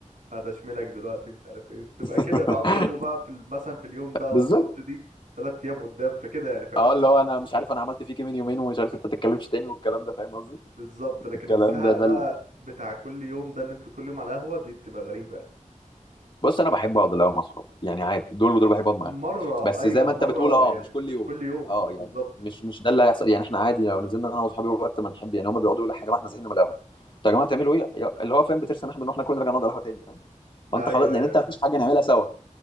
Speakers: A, on the right; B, on the left.
A: هدشملك دلوقتي مش عارف ايه تبقى
B: <laughs>
A: كده تقعد تكلموا بقى في ال- مثلا في اليوم ده والبونت
B: بالظبط
A: دي تلات ايام قدام فكده يعني فاهم
B: اه
A: الدنيا
B: اللي هو انا مش عارف انا عملت فيك إيه من يومين ومش عارف انت تتكلمش تاني والكلام ده فاهم قصدي
A: بالظبط لكن
B: الكلام
A: الزهق
B: ده ده
A: بقى
B: اللي...
A: بتاع كل يوم ده ان انتوا كل يوم على قهوه دي بتبقى غريبه يعني.
B: بص انا بحب اقعد اللي هو مع اصحابي يعني عادي دول ودول بحب اقعد
A: مرة
B: معاهم بس
A: أيوة
B: زي ما
A: مرة
B: انت بتقول اه
A: يعني
B: مش كل
A: مش
B: يوم
A: كل يوم
B: اه
A: آه، بالظبط
B: يعني مش مش ده اللي هيحصل يعني احنا عادي لو نزلنا انا واصحابي وقت ما نحب يعني هما بيقعدوا يقولوا يا جماعه احنا زهقنا من القهوه طب يا جماعه تعملوا ايه اللي هو فاهم بترسى ان احنا بنروح ناكل نرجع نقعد على القهوه تاني فاهم فانت
A: أيوة
B: خلاص لان
A: أيوة
B: انت
A: أيوة
B: مفيش حاجه نعملها سوا